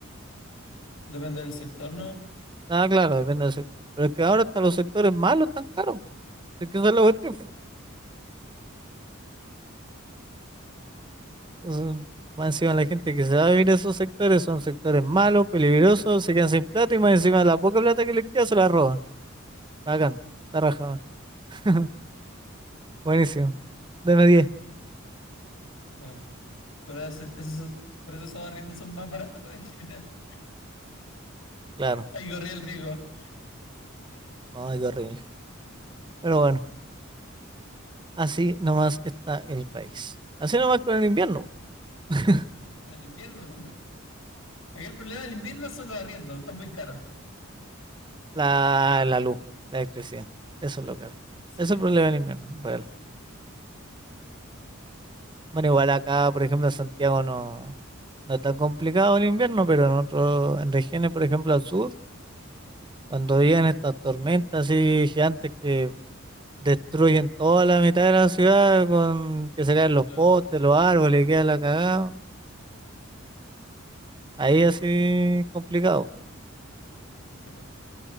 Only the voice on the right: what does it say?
Ah, claro, depende del sector. Pero es que ahora hasta los sectores malos están caros. Es que eso es la cuestión. Entonces, más encima la gente que se va a vivir a esos sectores son sectores malos, peligrosos, se quedan sin plata y más encima la poca plata que les queda se la roban. Bacán, la raja, weón. <laughs> Buenísimo. Deme 10,
claro.
No, qué horrible. Pero bueno, así nomás está el país. Así nomás con el invierno. <laughs>
La, la luz, la electricidad. Eso es lo que Eso
es el problema del invierno, real. Bueno, igual acá, por ejemplo, en Santiago no, no es tan complicado el invierno, pero en otros, en regiones, por ejemplo, al sur, cuando vienen estas tormentas así gigantes que destruyen toda la mitad de la ciudad, con que se caen los
postes, los árboles, y queda la cagada. Ahí así complicado.